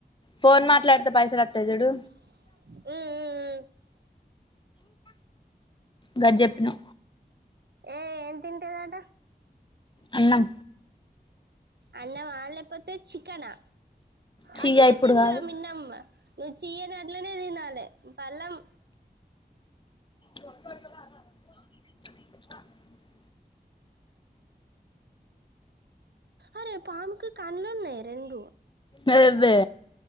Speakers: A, on the left (about 30°); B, on the right (about 85°).
A: ఫోన్ మాట్లాడుతే పైసాలొత్తయ్ చూడు
B: ఉమ్మ్ మ్మ్ మ్మ్
A: గద్ జెప్పిను
B: ఏ ఏం తింటదంట
A: అన్నం
B: అన్నమా లేకపోతే చికెనా
A: చీయ
B: అట్నే
A: ఇప్పుడు
B: తిన్రా
A: కాదు
B: మిన్నంబ నువ్వు చియ్య నట్లనే తినాలె పళ్ళెం
A: చప్ప
B: అరే పాముకు కండ్లున్నయ్ రెండు
A: అబెబ్బె